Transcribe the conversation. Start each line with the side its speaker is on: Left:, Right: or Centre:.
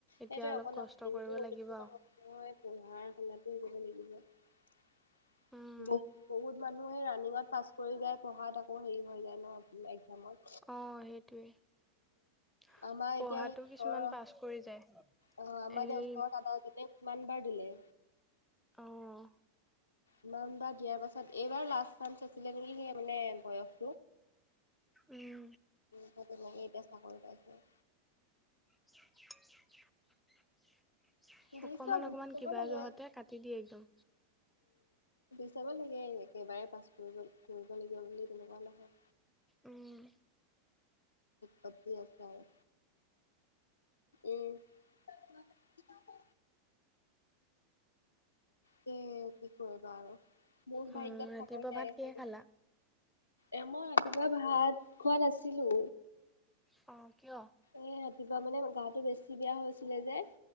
Centre: এতিয়া
Left: সেইটোৱে
Centre: অলপ
Left: অকণ
Centre: কষ্ট
Left: <unintelligible>
Centre: কৰিব লাগিব উম
Left: <inaudible> ব-বহুত মানুহে ৰানিঙত পাছ কৰি যায়, পঢ়াত আকৌ হেৰি হৈ যায় ন, একজামত।
Centre: অ সেইটোৱে পঢ়াতটো
Left: আমাৰ এতিয়া সেই ওচৰৰ
Centre: কিছুমান পাছ কৰি যায়।
Left: অ, আমাৰ
Centre: এই
Left: যে ওচৰৰ দাদা আছে তেওঁ কিমান বাৰ দিলে।
Centre: আহ
Left: ইমান বাৰ দিয়াৰ পাছত, এইবাৰ লাষ্ট চান্স আছিলে নেকি সেই মানে বয়স
Centre: উম
Left: <unintelligible> এতিয়া চাকৰি পাইছে।
Centre: <inaudible>
Left: দি
Centre: অকমান-অকমান
Left: চাব, দি চাব
Centre: কিবা
Left: লাগে
Centre: জহতে কাটি দিয়ে একদম।
Left: যাব লাগে একেবাৰে পাছ কৰিব-কৰিব লাগিব বুলি তেনেকুৱা নহয়।
Centre: উম
Left: পতি আছে আৰু। উম তে কি কৰিবা আৰু। মোৰ
Centre: উম
Left: ভাগ্যত
Centre: ৰাতিপুৱা
Left: চাকৰি নাইে
Centre: ভাত কিহে
Left: চাগে।
Centre: খালা
Left: এ মই ৰাতিপুৱা ভাত খোৱা নাছিলো।
Centre: অ। কিয়
Left: এ ৰাতিপুৱা মানে গাটো বেছি বেয়া হৈছিলে যে।